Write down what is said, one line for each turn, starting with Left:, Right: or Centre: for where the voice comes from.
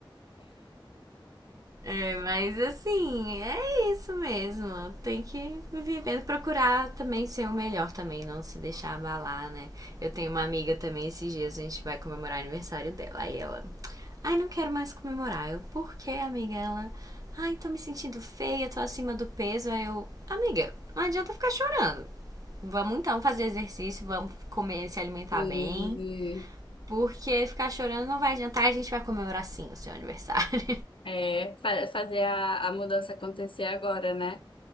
Right: É, mas assim, é isso mesmo. Tem que viver, procurar também ser o melhor também, não se deixar abalar, né? Eu tenho uma amiga também, esses dias a gente vai comemorar o aniversário dela. Aí ela, ai, não quero mais comemorar. Eu, por que, amiga? Ela, ai, tô me sentindo feia, tô acima do peso. Aí eu, amiga, não adianta ficar chorando. Vamos então fazer exercício, vamos comer, se alimentar
Left: E,
Right: bem. Porque ficar chorando não vai adiantar, a gente vai comemorar sim o seu aniversário.
Left: é, fa- fazer a, a mudança acontecer agora, né?